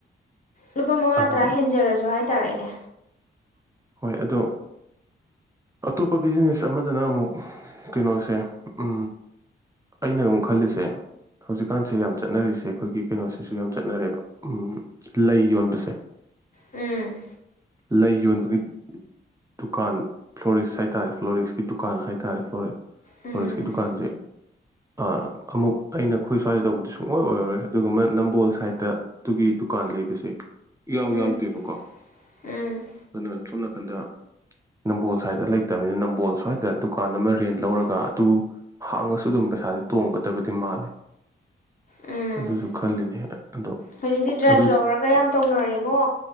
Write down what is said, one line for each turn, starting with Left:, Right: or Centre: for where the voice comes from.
Left: ꯂꯨꯄꯥ ꯃꯉꯥ
Right: ꯑꯝ
Left: ꯇꯔꯥ ꯍꯦꯟꯖꯔꯁꯨ ꯍꯥꯏꯇꯥꯔꯦꯅꯦ
Right: ꯍꯣꯏ ꯑꯗꯣ ꯑꯇꯣꯞꯄ ꯕꯤꯖꯤꯅꯦꯁ ꯑꯃꯗꯅ ꯑꯃꯨꯛ ꯀꯩꯅꯣꯁꯦ ꯎ ꯑꯩꯅ ꯑꯃꯨꯛ ꯈꯜꯂꯤꯁꯦ ꯍꯧꯖꯤꯛꯀꯥꯟꯁꯦ ꯌꯥꯝ ꯆꯠꯅꯔꯤꯁꯦ ꯑꯩꯈꯣꯏꯒꯤ ꯀꯩꯅꯣꯁꯤꯁꯨ ꯌꯥꯝ ꯆꯠꯅꯔꯦꯕ ꯂꯩ ꯌꯣꯟꯕꯁꯦ
Left: ꯎꯝ
Right: ꯂꯩ ꯌꯣꯟꯕꯒꯤ ꯗꯨꯀꯥꯟ ꯐ꯭ꯂꯣꯔꯤꯛꯁ ꯍꯥꯏꯇꯥꯔꯦ ꯐ꯭ꯂꯣꯔꯤꯛꯁꯀꯤ ꯗꯨꯀꯥꯟ ꯍꯥꯏꯇꯥꯔꯦ ꯐ꯭ꯂ
Left: ꯎꯝ
Right: ꯐ꯭ꯂꯣꯔꯤꯛꯁꯀꯤ ꯗꯨꯀꯥꯟꯁꯦ ꯑ ꯑꯃꯨꯛ ꯑꯩꯅ ꯑꯩꯈꯣꯏ ꯁ꯭ꯋꯥꯏꯗ ꯇꯧꯕꯗꯤ ꯁꯨꯡꯑꯣꯣꯏ ꯑꯣꯏꯔꯔꯣꯏ ꯑꯗꯨꯒ ꯑꯃ ꯅꯝꯕꯣꯜ ꯁꯥꯏꯠꯇ ꯑꯗꯨꯒꯤ ꯗꯨꯀꯥꯟ ꯂꯩꯕꯁꯦ ꯏ ꯌꯥꯎ
Left: ꯎꯝ
Right: ꯌꯥꯎꯗꯦꯕꯀꯣ
Left: ꯎꯝ
Right: ꯑꯗꯨꯅ ꯁꯣꯝ ꯅꯥꯀꯟꯗ ꯅꯝꯕꯣꯜ ꯁꯥꯏꯠꯇ ꯂꯩꯇꯕꯅꯤꯅ ꯅꯝꯕꯣꯜ ꯁ꯭ꯋꯥꯏꯗ ꯗꯨꯀꯥꯟ ꯑꯃ ꯔꯦꯟ ꯂꯧꯔꯒ ꯑꯗꯨ ꯍꯥꯡꯉꯁꯨ ꯑꯗꯨꯝ ꯄꯩꯁꯥꯥꯁꯦ ꯇꯣꯡꯒꯗꯕꯅꯤ ꯁꯤ ꯃꯥꯜꯂꯦ
Left: ꯎꯝ
Right: ꯑꯗꯨꯁꯨ ꯈꯜꯂꯤꯅꯦ ꯑꯗꯣ
Left: ꯍꯧꯖꯤꯛꯇꯤ ꯗ꯭ꯔꯥꯏ
Right: ꯑꯗꯨ
Left: ꯐ꯭ꯂꯥꯋꯔꯒ ꯌꯥꯝ ꯇꯧꯅꯔꯦꯉꯣ